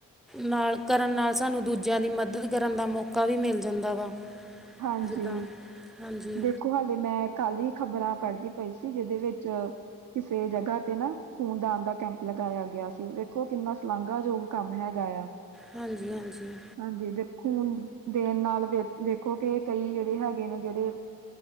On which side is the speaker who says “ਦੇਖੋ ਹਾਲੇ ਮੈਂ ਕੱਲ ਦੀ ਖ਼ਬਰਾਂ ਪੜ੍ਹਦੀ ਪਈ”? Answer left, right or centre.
Right